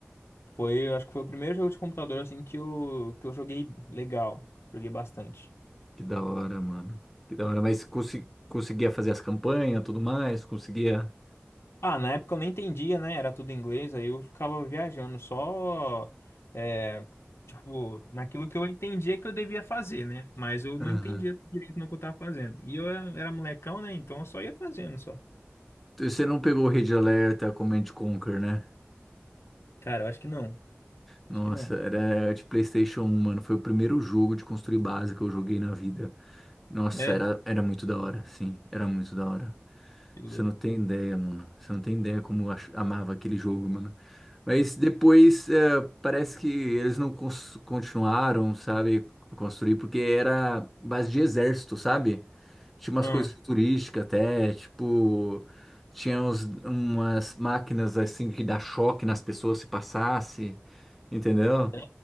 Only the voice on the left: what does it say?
Foi, eu acho que foi o primeiro jogo de computador assim que eu, que eu joguei legal, joguei bastante.
Ah, na época eu nem entendia, né? Era tudo em inglês, aí eu ficava viajando só é, tipo, naquilo que eu entendia que eu devia fazer, né? Mas eu não
entendia direito no que eu tava fazendo. E eu era, era molecão, né? Então eu só ia fazendo só.
Cara, eu acho que não.
Acho que não.
É,
que louco.
Ah,
é,